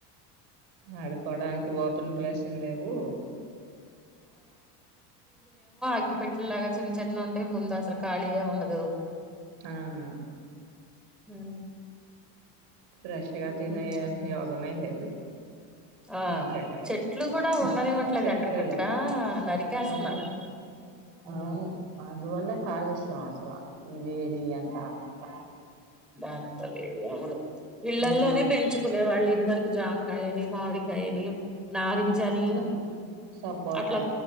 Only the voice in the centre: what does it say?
అగ్గి పెట్టె లాగ చిన్న చిన్న ఉంటాయ్ ముందు అసలు ఖాలియే ఉండదు
ఉమ్
ఉహు.
ఆ
చెట్లు కూడా ఉండనివ్వట్లేదు
ఎక్కడికక్కడ
నరికేస్తున్నారు
ఉమ్
అంతవేడి ఔను ఇళ్లల్లోనే
పెంచుకునే వాళ్ళు ఇదివరక్ జాంకాయని మావిడికాయని నారిం జనీ
అట్ల